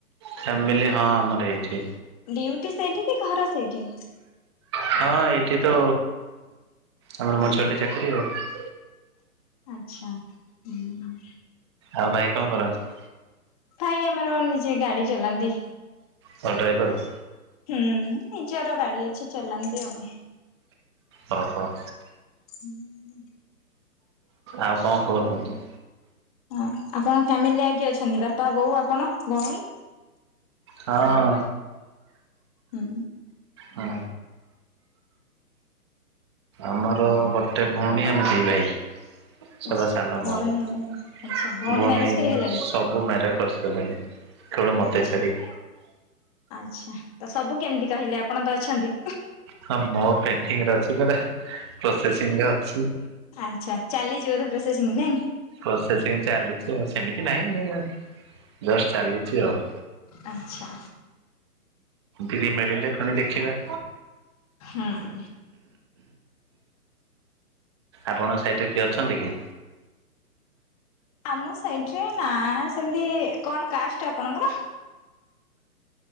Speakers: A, on the right; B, on the left.
A: ଫ୍ୟାମିଲି ହଁ ଆମର ଏଇଠି
B: ଡିଉଟି ସେଇଠି କି ଘର ସେଇଠି?
A: ହଁ ଏଇଠି ତ ଆମର ମଞ୍ଚିଲ ଚାକିରି ଆଉ
B: ଆଛା ହୁଁ।
A: ଆଉ ଭାଇ କଣ କରନ୍ତି?
B: ଭାଇ ଆମର ନିଜେ ଗାଡି ଚଲାନ୍ତି।
A: କଣ ଡ୍ରାଇଭର?
B: ହୁଁ ନିଜର ଗାଡି ଅଛି ଚଲାନ୍ତି ଆଉ
A: ଅ ହ।
B: ହୁଁ।
A: ଆଉ କଣ ଖବର କୁହନ୍ତୁ?
B: ହଁ ଆପଣଙ୍କ ଫ୍ୟାମିଲିରେ ଆଉ କିଏ ଅଛନ୍ତି ବାପା ବୋଉ ଆପଣ ଭଉଣୀ
A: ହଁ।
B: ହୁଁ।
A: ହୁଁ ଆମର ଗଟେ ଗୋଟେ ଭଉଣୀ ଆମେ ଦିଭାଇ ସବା
B: ଆଚ୍ଛା
A: ସାନ
B: ଭଉଣୀ
A: ମୁଁ ପୁଣି
B: ଆଚ୍ଛା ଭଉଣୀ ମ୍ୟାରେଜ କରିଗଲେଣି?
A: ସବୁ ମ୍ୟାରେଡ କରିସାଲେଣି କେବଳ ମତେ
B: ଆଚ୍ଛା
A: ଛାଡିକି
B: ଆଚ୍ଛା ତ ସବୁ କେମିତି କହିଲେ ଆପଣତ ଅଛନ୍ତି?
A: ହଁ ମୋର ପେଣ୍ଡିଙ୍ଗରେ ଅଛି ଏବେ ପ୍ରୋସେସିଂରେ ଅଛି।
B: ଆଚ୍ଛା ଚାଲିଛି ବୋଧେ ପ୍ରସେସିଂ ନାଇଁ
A: ପ୍ରୋସେସିଂ ଚାଲିଛି ଅଛି କି ନାଇଁ ସେମିତି ନାହିଁ ଜଷ୍ଟ ଚାଲିଛି ଆଉ
B: ଆଚ୍ଛା।
A: ଧିରି ମିଳିଲେ ପୁଣି ଦେଖିବା
B: ହଁ,
A: ଆପଣଙ୍କ ସାଇଟିରେ କିଏ ଅଛନ୍ତିକି
B: ଆମ ସାଇଟରେ ନା ସେମିତି କଣ କାଷ୍ଟ ଆପଣଙ୍କର?